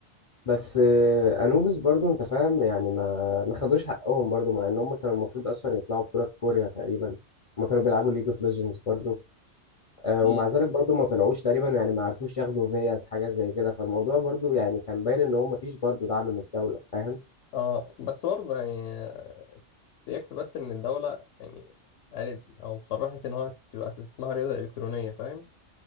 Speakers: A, on the left (about 50°); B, on the left (about 75°).
A: بس آه، انوبis برضو انت فاهم يعني ما ما خدوش حقهم برضو مع ان هم كانوا المفروض اصلا يطلعوا بطوله في كوريا تقريبا هم كانوا بيلعبوا ليج اوف ليجندز برضو آه،
B: امم
A: ومع ذلك برضو ما طلعوش تقريبا يعني ما عرفوش ياخدوا فياس حاجه زي كده فالموضوع برضو يعني كان باين ان هو ما فيش برضو دعم من الدوله فاهم
B: اه بس برضه يعني آه، يكفي بس ان الدولة يعني قالت او صرحت ان هو تبقى اسمها رياضة إلكترونية فاهم